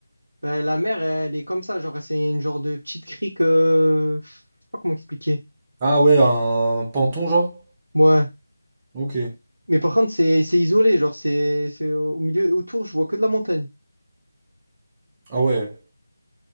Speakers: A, on the right; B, on the right.
A: ben, la mer, elle est comme ça. Genre, c'est une genre de petite crique. euh, Je sais pas comment expliquer.
B: Ah ouais, un Panton genre?
A: Ouais.
B: Ok.
A: Mais par contre, c'est c'est isolé. Genre, c'est c'est au milieu et autour, je vois que de la montagne.
B: Ah ouais.